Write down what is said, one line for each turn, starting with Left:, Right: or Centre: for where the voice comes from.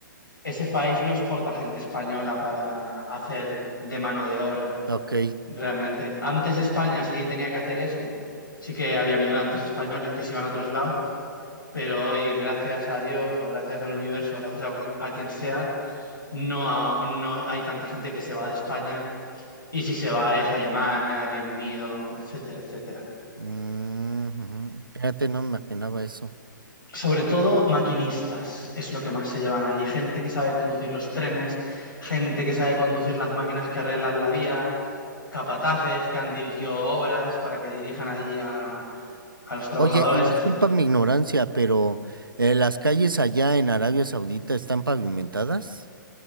Left: ese país no exporta gente española para hacer de mano de obra,
Right: Ok.
Left: realmente. Antes España sí tenía que hacer eso, sí que había migrantes españoles que se iban a otros lados, pero hoy, gracias a Dios o gracias al universo, o gracias a, a quien sea, no, ha- no hay tanta gente que se va de España, y si se va es Alemania, Reino Unido, etcétera, etcétera.
Right: Ujú. Fíjate, no me imaginaba eso.
Left: Sobre todo maquinistas es lo que más se llevan allí. Gente que sabe conducir los trenes, gente que sabe conducir las máquinas que arreglan la vía, capataces que han dirigido obras para que dirijan allí a, a los trabajadores,
Right: Oye, y disculpa
Left: etcétera
Right: mi ignorancia, pero eh, ¿las calles allá en Arabia Saudita están pavimentadas?